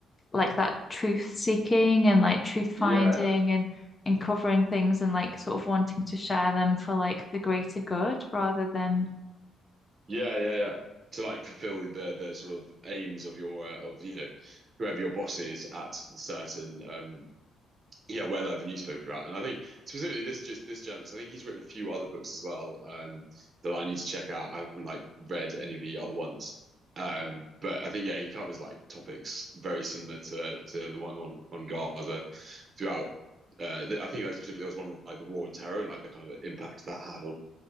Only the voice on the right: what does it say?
yeah
Yeah, yeah, yeah. To like fulfill the the sort of aims of your uh, of you know whoever your boss is at the certain um yeah where they have a newspaper at. And I think specifically this just this journalist, I think he's written a few other books as well um that I need to check out. I haven't like read any of the other ones. Um, but I think yeah, he covers like topics very similar to to the one on on Gaza throughout. Uh, I think like, specifically there was one on, like the war on terror and like the kind of impact that had on